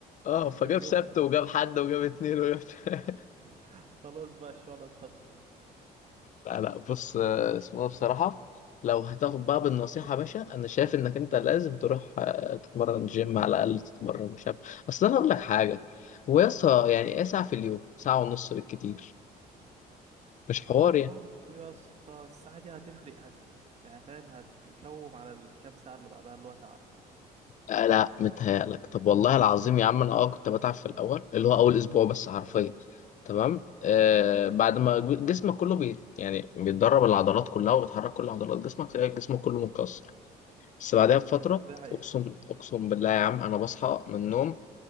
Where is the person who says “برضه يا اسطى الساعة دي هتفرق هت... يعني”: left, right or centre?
Right